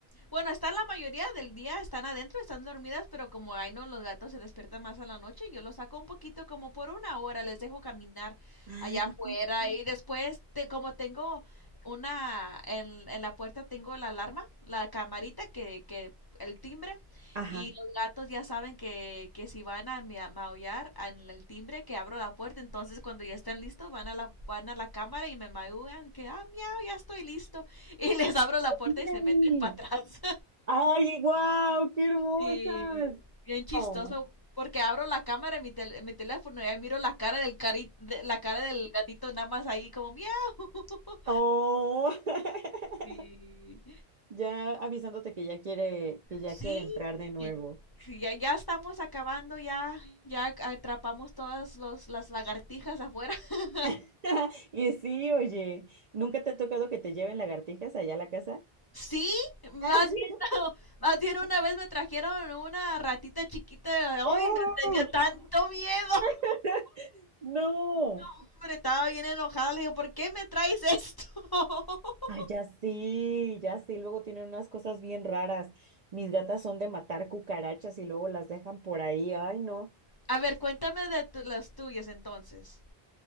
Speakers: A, on the left (about 25°); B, on the right (about 50°).
A: Bueno, están la mayoría del día, están adentro, están dormidas, pero como ay no, los gatos se despiertan más a la noche, yo los saco un poquito como por una hora, les dejo caminar
B: Ah,
A: allá afuera y después, te, como tengo una, en, en la puerta tengo la alarma, la camarita que, que el timbre
B: Ajá.
A: y los gatos ya saben que, que si van a mia- maullar en el timbre que abro la puerta, entonces cuando ya están listos van a la, van a la cámara y me maullan que ah miau ya estoy listo y <laughs> les abro la puerta
B: ¡Órale!
A: y se meten para atrás.
B: ¡Ay, guau! ¡Qué hermosas!
A: Sí, bien chistoso,
B: ¡Oh!
A: porque abro la cámara en mi, tel- en mi teléfono y ahí miro la cara del cari de- la cara del gatito nada más ahí como miau. <laughs>
B: ¡Oh! <laughs>
A: Sí,
B: Ya avisándote que ya quiere, que ya
A: sí,
B: quiere entrar de nuevo.
A: y- sí, ya, ya estamos acabando, ya, ya atrapamos todas los, las lagartijas afuera. <laughs>
B: <laughs> Y sí, oye, ¿nunca te ha tocado que te lleven lagartijas allá a la casa?
A: Sí, más
B: <laughs>
A: bien, <laughs> más bien una vez me trajeron una ratita chiquita,
B: ¡Oh!
A: hoy no tenía tanto miedo,
B: <laughs> ¡No!
A: <laughs> hombre, estaba bien enojada, le digo, ¿por qué me traes esto? <laughs>
B: Ay, ya sí, ya sí, luego tienen unas cosas bien raras. Mis gatas son de matar cucarachas y luego las dejan por ahí. Ay, no.
A: A ver, cuéntame de tu- las tuyas entonces.